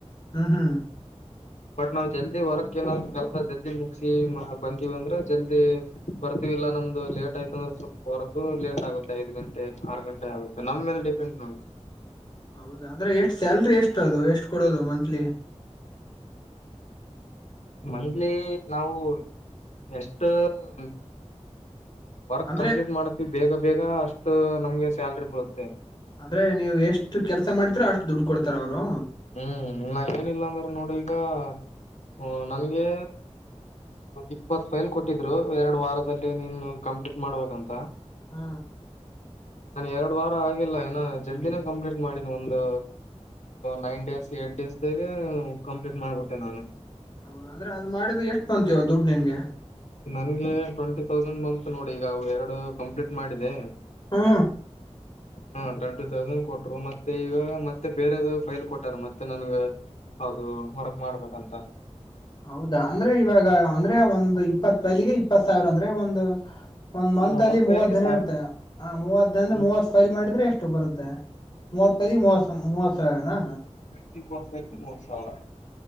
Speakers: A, on the left; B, on the left.
A: ಹ್ಮ್ ಹ್ಮ್
B: ಬಟ್ ನಾವು ಜಲ್ದಿ ಮಾಡಕಿನ್ನ ಕೆಲ್ಸ ಜಲ್ದಿ ಮುಗಿಸಿ ಬಂದೀವ ಅಂದ್ರೆ ಜಲ್ದಿ ಬರ್ತೀವಿ. ಇಲ್ಲ ನಮ್ದು ಲೇಟ್ ಆಯ್ತ ಅಂದ್ರೆ ಸ್ವಲ್ಪ ವರ್ಕು ಲೇಟ್ ಆಗುತ್ತೆ ಐದು ಗಂಟೆ ಆರು ಗಂಟೆ ಆಗುತ್ತೆ ನಮ್ಮ ಮೇಲೆ ಡಿಪೆಂಡ್ ನೋಡಿ. <inaudible>
A: ಹೌದಾ ಅಂದ್ರೆ ಎಷ್ಟ್ ಸ್ಯಾಲ್ರಿ ಎಷ್ಟು ಅದು ಎಷ್ಟು ಕೊಡೋದು ಮಂತ್ಲಿ.
B: ಮಂತ್ಲಿ ನಾವು ಎಷ್ಟೇನ ವರ್ಕ್
A: ಅಂದ್ರೆ
B: ಕಂಪ್ಲೀಟ್ ಮಾಡುತ್ವಿ ಬೇಗ ಬೇಗ ಅಷ್ಟು ನಮ್ಗೆ ಸ್ಯಾಲ್ರಿ ಬರುತ್ತೆ.
A: ಅಂದ್ರೆ ನೀವು ಎಷ್ಟು ಕೆಲ್ಸ ಮಾಡ್ತಿರಾ ಅಷ್ಟು ದುಡ್ಡು ಕೊಡ್ತಾರೆ ಅವರು.
B: ಹ್ಮ್ ನಂಗು ನಿಮ್ಮಂಗ್ ನೋಡಿದ. ಹೋ ನಂಗೆ ಇಪ್ಪತ್ ಫೈಲ್ ಕೊಟ್ಟಿದ್ರು ಎರಡು ವಾರದಲ್ಲಿ ನೀ ನೋಡ್ಕೋ. ಇದುಕ್ಕು ಮಾಡಬೇಕಂತ.
A: ಹೂ
B: ಎರಡು ವಾರ ಆಗಿಲ್ಲ ಇನ್ನು ಜಲ್ದಿನೆ ಕಂಪ್ಲೀಟ್ ಮಾಡಿದೆ ಒಂದು ನೈ ಡೇಸ್ ಏ ಡೇಸ್ ಬೇಗನೆ ನಾನು ಕಂಪ್ಲೀಟ್ ಮಾಡ್ಬಿಟ್ಟೆ ನಾನು.
A: ಹೌದ ಅಂದ್ರೆ ಅದು ಮಾಡಿದ್ರೆ ಎಷ್ಟು ಬಂತು ದುಡ್ಡು ನಿನಗೆ.
B: ನಂಗೆ ಟ್ವೆಂಟಿ ತೌಸಂಡ್ ಬಂತು ನೋಡಿ ಈಗ ಎರಡು ಕಂಪ್ಲೀಟ್ ಮಾಡಿದೆ.
A: ಹಾ
B: ಹಾ ಟ್ವೆಂಟಿ ತೌಸಂಡ್ ಕೊಟ್ರು ಮತ್ತೆ ಈಗ ಮತ್ತೆ ಬೇರೆದ್ ಫೈಲ್ ಕೊಟ್ಟಾರ ಮತ್ತೆ ನನಗೆ. ಹೌದು ವರ್ಕ್ ಮಾಡ್ಬೇಕಂತ
A: ಹೌದಾ ಅಂದ್ರೆ ಇವಾಗ ಅಂದ್ರೆ ಒಂದು ಇಪ್ಪತ್ ತೋಲಿಗೆಗಿ ಇಪ್ಪತ್ ಸಾವಿರ ಅಂದ್ರೆ ಒಂದು ಒಂದ್ ಮಂತ್
B: ಹ
A: ಅಲ್ಲಿ
B: ಒಂದ್
A: ಮೂವತ್ತು
B: ಫೈಲ್ಗೆ
A: ದನ
B: ಸಾವಿರ
A: ಇರುತ್ತೆ
B: ರೂಪಾಯಿ
A: ಆ ಮೂವತ್ ದನ
B: ಹ್ಮ್
A: ಮೂವತ್ ಫೈಲ್ ಮಾಡಿದ್ರೆ ಎಷ್ಟು ಬರುತ್ತೆ. ಮೂವತ್ತೈದು ಮೂವತ್ತಸಾವಿರಾನಾ
B: <unintelligible> ಮೂರ್ ಸಾವಿರ